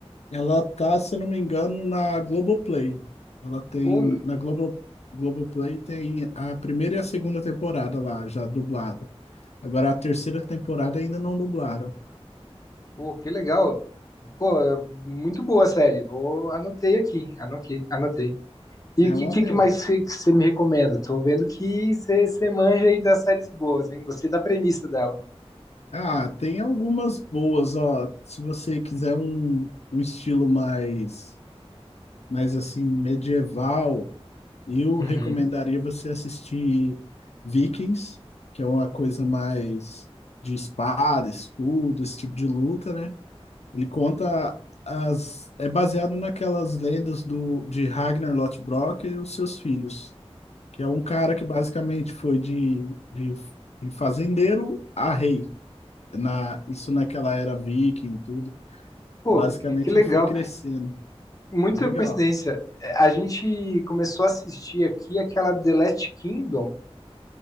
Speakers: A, on the left (about 80°); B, on the left (about 35°).
A: Ela tá, se eu não me engano, na Globoplay. Ela tem
B: Pô, Lu-
A: na Globo Globoplay tem a primeira e a segunda temporada lá já dublado. Agora a terceira temporada ainda não dublaram.
B: pô, que legal. Pô, é muito boa a série. Vou anotei aqui, anotei, anotei. E
A: É
B: o que,
A: uma
B: que
A: boa.
B: que mais você me recomenda? Tô vendo que você você manja aí das séries boas, hein? Gostei da premissa dela.
A: Ah, tem algumas boas, ó. Se você quiser um, um estilo mais mas assim, medieval, eu
B: Uhum.
A: recomendaria você assistir Vikings, que é uma coisa mais de espada, escudo, esse tipo de luta, né? Ele conta as é baseado naquelas lendas do de Ragnar Lothbrok e os seus filhos, que é um cara que basicamente foi de, de, de fazendeiro a rei, na isso naquela era viking e tudo.
B: Pô,
A: Basicamente
B: que legal.
A: ele foi crescendo.
B: Muita
A: É legal.
B: coincidência. É, A gente começou a assistir aqui aquela The Last Kingdom.